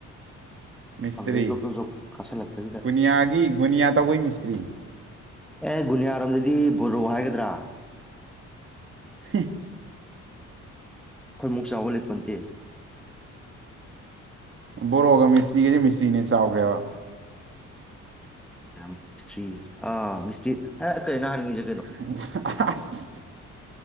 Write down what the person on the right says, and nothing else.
ꯃꯤꯁꯇ꯭ꯔꯤ
ꯒꯨꯅꯤꯌꯥꯒꯤ ꯒꯨꯅꯤꯌꯥ ꯇꯧꯕꯩ ꯃꯤꯁꯇ꯭ꯔꯤ
ꯍꯦ꯫
ꯕꯣꯔꯣꯒ ꯃꯤꯁꯇ꯭ꯔꯤꯒꯁꯦ ꯃꯤꯁꯇ꯭ꯔꯤꯅꯦ ꯆꯥꯎꯈ꯭ꯔꯦꯕ
<unintelligible> ꯑꯁ